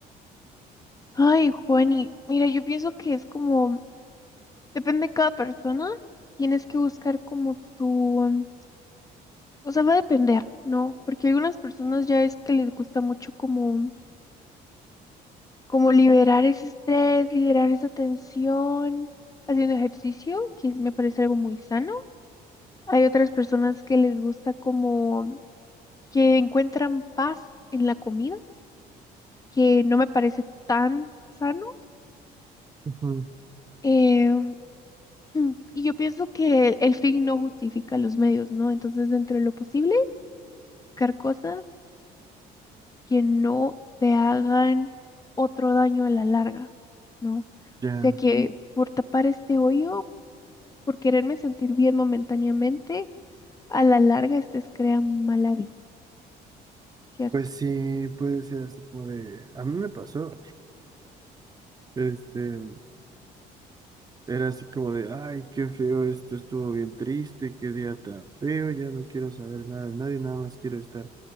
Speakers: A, on the left; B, on the right.
A: Ay, Juani, mira, yo pienso que es como, depende de cada persona, tienes que buscar como tu, mm, o sea, va a depender, ¿no? Porque algunas personas ya es que les gusta mucho como, como liberar ese estrés, liberar esa tensión, haciendo ejercicio, que es- me parece algo muy sano. Hay otras personas que les gusta como que encuentran paz en la comida que no me parece tan sano.
B: Ujú,
A: em, <clears throat> y yo pienso que el fin no justifica los medios, ¿no? Entonces, dentro de lo posible, buscar cosas que no te hagan otro daño a la larga, ¿no?
B: Ya,
A: O sea que Mm. por tapar este hoyo, por quererme sentir bien momentáneamente, a la larga estés crean mal hábito, ¿cierto?
B: pues sí, puede ser así como de, a mí me pasó, este, era así como de, ay, qué feo esto, estuvo bien triste, qué día tan feo, ya no quiero saber nada de nadie, nada más quiero estar